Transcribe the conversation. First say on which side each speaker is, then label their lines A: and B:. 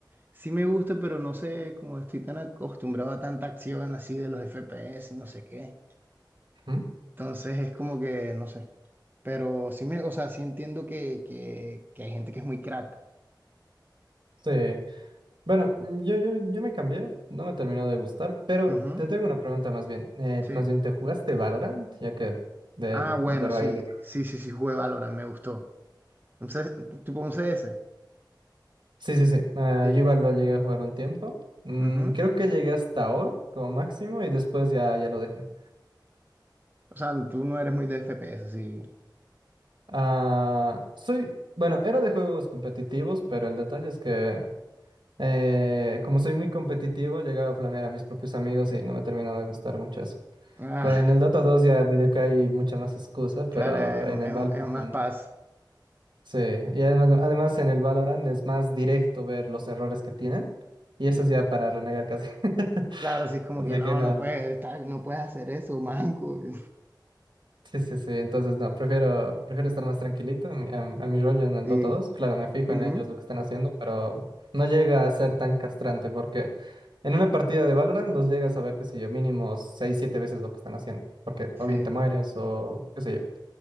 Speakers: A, on the right; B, on the right.
A: sí me gusta, pero no sé, como estoy tan acostumbrado a tanta acción así de los FPS y no sé qué.
B: Ujú.
A: Entonces es como que, no sé. Pero sí me, o sea, sí entiendo que, que, que hay gente que es muy crack.
B: Sí. Bueno, mm, yo, yo, yo me cambié, no me terminó de gustar, pero
A: Ujú,
B: te tengo una pregunta más bien. Eh,
A: Sí.
B: más bien, ¿te jugaste Valorant? Ya que de,
A: Ah, bueno,
B: es de Rayo
A: sí,
B: Digo.
A: sí, sí, sí, jugué Valorant, me gustó. entonces C- tipo un CS.
B: Sí, sí, sí. ah,
A: Sí.
B: yo igual lo llegué a jugar un tiempo. Mm,
A: Ujú.
B: creo que llegué hasta oro como máximo y después ya, ya lo dejé.
A: O sea, tú no eres muy de FPS, sí.
B: Ah, soy, bueno, era de juegos competitivos, pero el detalle es que eh, como soy muy competitivo, llegaba a flamear a mis propios amigos y no me terminó de gustar mucho eso.
A: Ah,
B: Con el Dota 2 ya medio que hay mucha más excusa, pero
A: claro, es,
B: en el
A: es-
B: Valorant
A: es más paz.
B: Sí, y además, además en el Valorant es más directo ver los errores que tienen. Y eso
A: Sí,
B: es ya para renegar casi. <laughs>
A: claro, sí, es como
B: Así
A: que no,
B: que nada.
A: no puedes estar, no puedes hacer eso, manco. <laughs>
B: Sí, sí, sí. Entonces, no, prefiero, prefiero estar más tranquilito a, mi a- a mi rollo en el
A: Sí.
B: Dota dos Claro, me fijo
A: ujú,
B: en ellos lo que están haciendo, pero no llega a ser tan castrante porque en una partida de Valorant los llegas a ver, qué sé yo, mínimo 6 7 veces lo que están haciendo. Porque
A: Sí.
B: o bien te mueres o qué sé yo.